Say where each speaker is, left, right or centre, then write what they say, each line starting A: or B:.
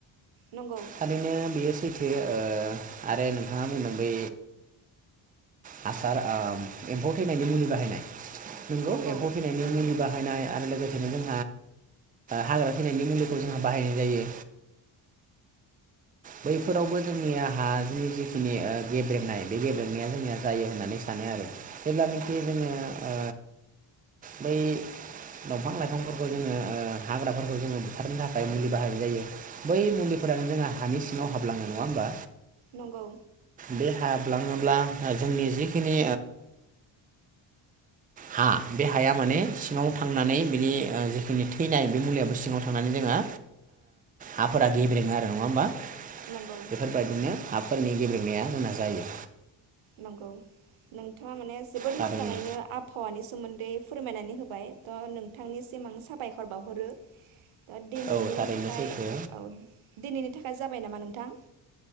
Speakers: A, on the right (about 75°); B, on the right (about 20°).
A: नंगौ नंगौ
B: थारैनो बेयो सै बे ओ आरो नोंथाङा बुंदों बै हासार ओ एम्फौ थैनायनि मुलि बाहायनाय नोंगौ
A: नंगौ
B: एम्फौ थैनायनि मुलिबा हायनाय आरो लोगोसेनो जों हाग्रा थैनायनि मुलि जोंहा बाहायनाय जायो बैफोरावबो जोंनिया हानि जिखिनि ओ गेब्रेंनाय बे गेब्रेंनाया जोंनिया जायो होननानै सानो आरो जेब्लानाखि जोंङो ओ बै दंफां लाइफांफोरखौ जोंङो ओ हाग्राफोरखौ जोंङो बुथारनो थाखाय मुलि बाहायनाय जायो बै मुलिफोरानो जोंहा हानि सिङाव हाबलाङो नङा होमबा
A: नंगौ
B: बे हाब लाङोब्ला जोंनि जिखिनि हा बे हाया माने सिङाव थांनानै बिनि जिखिनि थैनाय बे मुलियो सिङाव थांनानै जोंहा हाफोरा गेब्रेङो आरो नङा होमबा
A: नंगौ
B: बेफोरबायदिनो हाफोरनि गेब्रेंनाया जोंना जायो।
A: नंगौ नोंथाङा माने जोबोर
B: थारैनो
A: मोजाङैनो आबहावानि सोमोन्दै फोरमायनानै होबाय थ' नोंथांनिसिम आं साबायखर बावहरो दा दिनैनि
B: औ थारैनो
A: थाखाय
B: सैथो
A: औ दिनैनि थाखाय जाबाय नामा नोंथां